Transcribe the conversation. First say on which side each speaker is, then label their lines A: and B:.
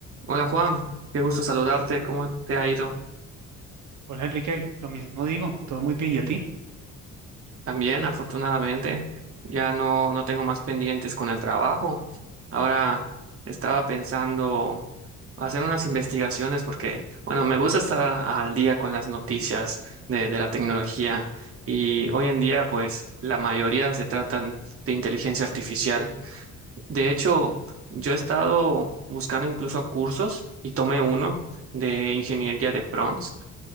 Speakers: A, on the right; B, on the right.
A: Hola Juan, qué gusto saludarte. ¿Cómo te ha ido?
B: Hola Enrique, lo mismo digo, todo muy bien. ¿Y a ti?
A: También, afortunadamente, ya no, no tengo más pendientes con el trabajo. Ahora estaba pensando hacer unas investigaciones porque, bueno, me gusta estar a- al día con las noticias de, de la tecnología y hoy en día, pues, la mayoría se tratan de inteligencia artificial. De hecho, yo he estado buscando incluso cursos y tomé uno de ingeniería de prompts